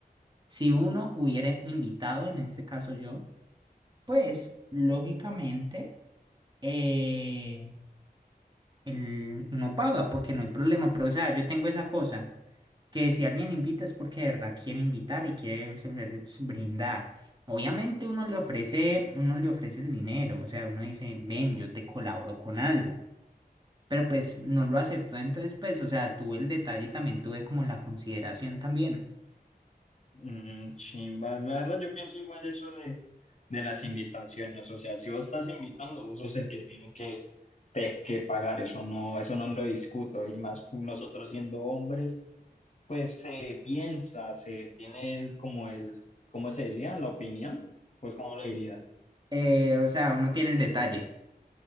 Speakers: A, on the right; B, on the left.
A: si uno hubiera invitado, en este caso yo, pues lógicamente eh, el- uno paga porque no hay problema. Pero o sea, yo tengo esa cosa, que si alguien invita es porque de verdad quiere invitar y quiere s- ver- s- brindar. Obviamente uno le ofrece, uno le ofrece el dinero, o sea, uno dice, ven, yo te colaboro con algo. pero pues no lo aceptó, entonces pues, o sea, tuve el detalle y también tuve como la consideración también.
B: Mm, chimba, la verdad yo pienso igual eso de, de las invitaciones, o sea, si vos estás invitando, vos sos el que tiene que, te- que pagar, eso no, eso no lo discuto, y más nosotros siendo hombres, pues se piensa, se tiene el, como el, ¿cómo se decía? La opinión, pues ¿cómo lo dirías?
A: Eh, o sea, uno tiene el detalle.